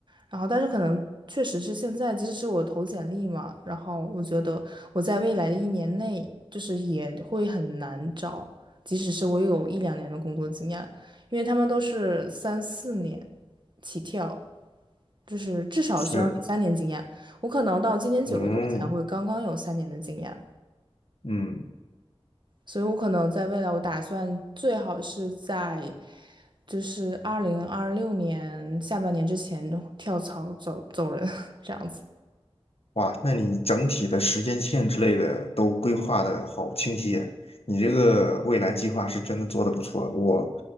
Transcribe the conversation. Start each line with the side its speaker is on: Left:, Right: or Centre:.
Right: 然后，但是可能确实是现在，即使是我投简历嘛，然后我觉得我在未来的一年内，就是也会很难找，即使是我有一两年的工作经验，因为他们都是三四年起跳，就是至少需要你三年经验。
Left: 是
Right: 我可能到今年九月，
Left: 嗯
Right: 我才会刚刚有三年的经验，
Left: 嗯。
Right: 所以我可能在未来，我打算最好是在就是二零二六年下半年之前就跳槽走走人 <laughs>，这样子。
Left: 哇，那你整体的时间线之类的都规划的好清晰耶你这个未来计划是真的做的不错。我